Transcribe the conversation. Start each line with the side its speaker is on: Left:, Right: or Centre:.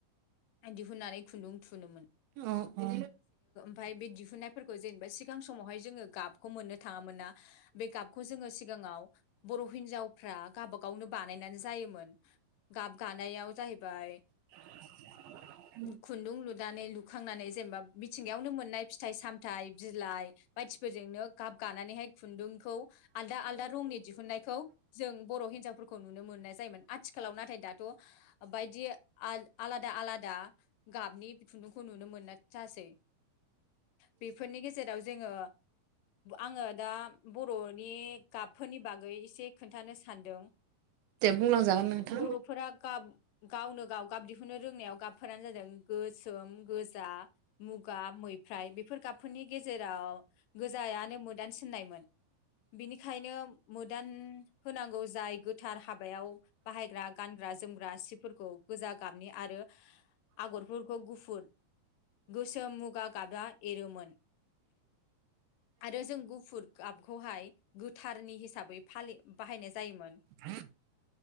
Left: दिहुननानै खुन्दुं थुनोमोन।
Right: अ औ
Left: फाय बे दिहुननायफोरखौ जेनेबा सिगां समावहाय जोङो गाबखौ मोननो थाङामोनना। बे गाबखौ जोङो सिगाङाव बर' हिनजावफ्रा गावाबागावनो बानायनानै जायोमोन। गाब गानायाव जाहैबाय।
Right: <unintelligible> <inaudible>
Left: खुन्दुं लुनानै लुखांनानै जेनेबा मिथिंगायावनो मोननाय फिथाइ सामथाय बिलाइ बायदि फोरजोंनो गाब गानानैहाय खु खौ आलदा आलदा रंनि दिहुननायखौ जों बर' हिनजावफोरखौ। नुनो मोननाय जायोमोन आथिखालाव नाथाय दाथ' बायदि आल आलादा आलादा गाबनि खुन्दुंखौ नुनो मोननाय जासै। बेफोरनि गेजेराव जोङो आङो दा बर'नि गाबफोरनि बागै एसे खोन्थानो सानदों।
Right: दे बुंलांजागोन नोंथां
Left: बर'फोरा गाब गावनो गाव गाब दिहु ननो रोंनायाव गाबफोरानो जादों गोसोम, गोजा, मुगा, मैफ्राइ बेफोर गाबफोरनि गेजेराव गोजायानो मोदान सिननायमोन बिनिखायनो मोदान होनांगौ जाय गोथार हाबायाव बाहायग्रा गानग्रा-जोमग्रा सि फोरखौ गोजा गाबनि आरो आगरफोरखौ गुफुर। गोसोम मुगा गाबा एरोमोन आरो जों गुफुर गाबखौहाय गोथारनि हिसाबै फालि बाहायनाय जायोमोन।
Right: <unintelligible> <inaudible>